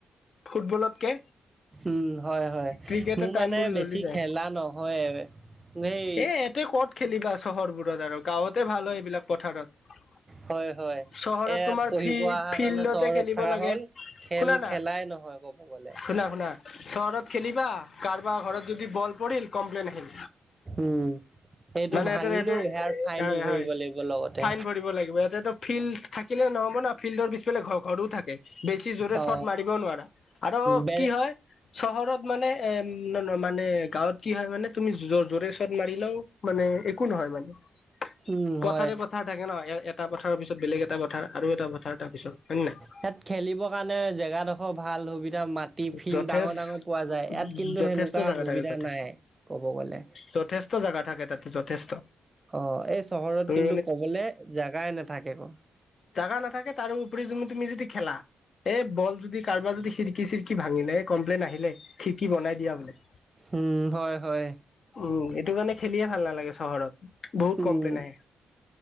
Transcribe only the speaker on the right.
উম, হয়, হয়।
মোৰ
মানে
বেছি
খেলা নহয়ে। নেই।
হয়' হয়!
এয়াত
পঢ়িব
অহা
কাৰণে চহৰত
থকা
হ'ল! খেল
খেলাই নহয়? ব। <unintelligible>
উম সেইটো
ভাঙিলো
সেয়াৰ ফাইনো
ভৰিব
লাগিব লগতে
অ
বে
উম
হয়
ইয়াত খেলিবৰ কাৰণে জেগা ডোখৰ ভাল হবি! এতিয়া মাটি ফিল্ড
ডাঙৰ ডাঙৰ পোৱা যায়! ইয়াত কিন্তু,
সেনেকুৱা
সুবিধা
নাই কব গলে?
অ', এই চহৰত
কিন্তু কবলে জাগাই নাথাকে! ক।
উম, হয়, হয়!
উম